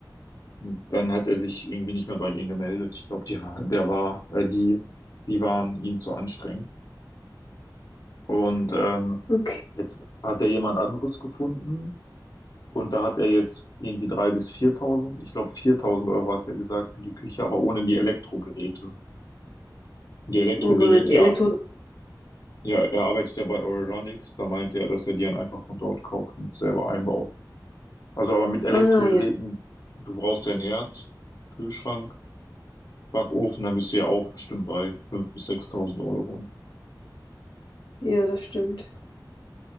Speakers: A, on the left; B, on the left.
A: Und dann hat er sich irgendwie nicht mehr bei denen gemeldet. Ich glaube, die, war- der war, äh, die, die waren ihm zu anstrengend. Und ähm,
B: Okay,
A: jetzt hat er jemand anderes gefunden und da hat er jetzt irgendwie 3.000 bis 4.000, ich glaube 4.000 Euro hat er gesagt für die Küche, aber ohne die Elektrogeräte. Die Elektrogeräte,
B: oh nein, die
A: ja,
B: Elektro...
A: Ja, er arbeitet ja bei Euronics. Da meinte er, dass er die dann einfach von dort kauft und selber einbaut. Also aber mit Elektrogeräten,
B: Ah, ja,
A: du brauchst ja einen Herd, Kühlschrank, Backofen, dann bist du ja auch bestimmt bei 5.000 bis 6.000 Euro.
B: ja, das stimmt.